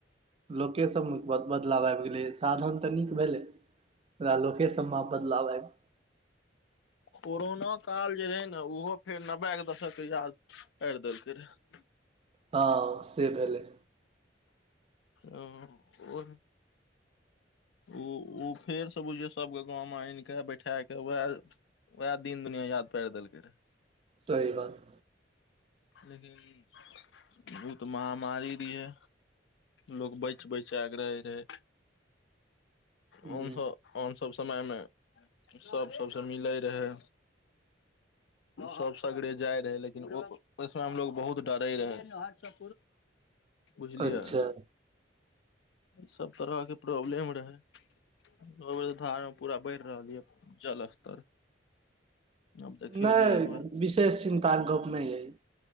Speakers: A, on the right (about 30°); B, on the left (about 75°).
A: लोके सब म वड बदलाव आबि गेलै साधन तऽ नीक भेलै ओरा लोके सबमे बदलाव आबि गेल
B: कोरोना काल जे रहै ने उहो फेर नब्बेके दशक याद पेइर देलकै रहए
A: हँ से भेलै
B: अ ओ उ उ फेरसँ बुझियौ सभके गाँवमे आनि कऽ बैठा कऽ उएह वएह दीन दुनिया याद पयिर देलके रहै
A: सही बात
B: लेकिन इ भूत महामारी भी है लोक बैच बैच आगय रहे हमसब
A: जी
B: आन सभ समयमे सभ सभसँ मिलै रहै सब सगरे जाइ रहे लेकिन ओहिसमै में लोग बहुत डरे रहै बुझलियै
A: अच्छा
B: सब तरहके प्रॉब्लम रहै ओ धार मे पूरा बढ़ि रहल यऽ जल स्तर आब देखियौ
A: नहि
B: जे हुए
A: विशेष चिन्ता के गप नहि हय